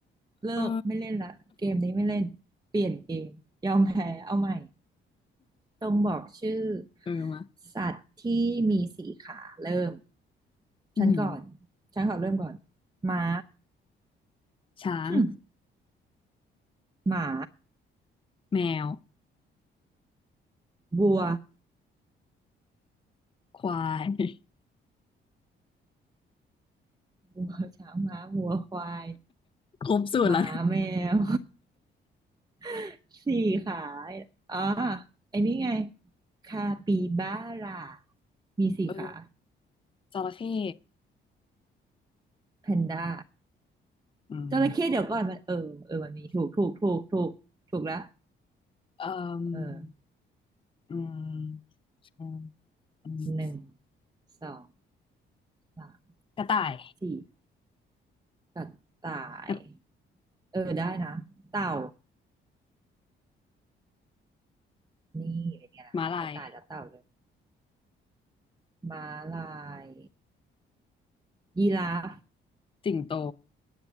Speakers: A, on the right; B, on the left.
A: เลิกไม่เล่นละเกมนี้ไม่เล่นเปลี่ยนเกมยอมแพ้เอาใหม่
B: เออ
A: ต้องบอกชื่อ
B: เออมา
A: สัตว์ที่มีสี่ขาเริ่ม
B: อือหือ
A: ฉันก่อนฉันขอเริ่มก่อนม้า
B: ช้าง
A: หมหมา
B: แมว
A: วัว
B: ควาย <laughs>
A: วัวช้างม้าวัวควาย
B: ครบสูตรแล้วนะ
A: หมาแมว <laughs> สี่ขาอ๋อไอ้นี่ไงคาปิบาร่ามีสี่ขา
B: เออจระเข้
A: แพนด้า
B: อืม
A: จระเข้เดี๋ยวก่อนมันเออเออมันมีถูกถูกถูกถูกถูกแล้ว
B: เอ่อ
A: เออ
B: อืม อืมอืม
A: หนึ่งสองสาม
B: กระต่าย
A: สี่กระต่าย
B: กระ
A: เออได้นะเต่านี่เป็นไงล่ะกระต่ายกับเต่าเลย
B: ม้าลาย
A: ม้าลายยีราฟ
B: สิงโต